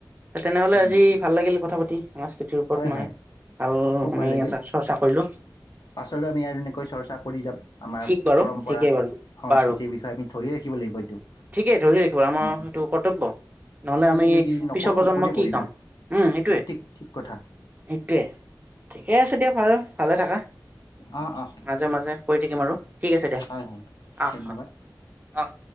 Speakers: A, on the right; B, on the left.
A: তেনেহলে
B: উম
A: আজি ভাল লাগিল কথা পাতি সংস্কৃতিৰ ওপৰত
B: হয়
A: মানে।
B: হয়
A: ভাল
B: খুব
A: আমি
B: ভাল লাগিল
A: এটা চৰ্চা কৰিলো
B: পাছলৈ আমি আৰু এনেকৈ চৰ্চা কৰি যাম আমাৰ
A: ঠিক বাৰু
B: পৰম্পৰা
A: ঠিকেই বাৰু
B: সংস্কৃতিৰ
A: বাৰু
B: বিষয়ে আমি ধৰি ৰাখিব লাগিব এইটো
A: ঠিকেই ধৰি ৰাখিব আমাৰ
B: উম, উম।
A: সেইটো কৰ্তব্য নহলে আমি
B: যদি নকৰোঁ
A: পিছৰ প্ৰজন্ম
B: কোনে
A: কি
B: কৰিব
A: কাম উম এইটোৱে
B: ঠিক
A: সেইটোৱে
B: ঠিক ঠিক কথা
A: ঠিকে আছে দিয়া ভাল ভালে থাকা
B: অঁ অঁ
A: মাজে মাজে কৰি থাকিম আৰু ঠিক আছে দিয়া
B: হয় হয়
A: অঁ
B: ধন্যবাদ
A: অঁ অঁ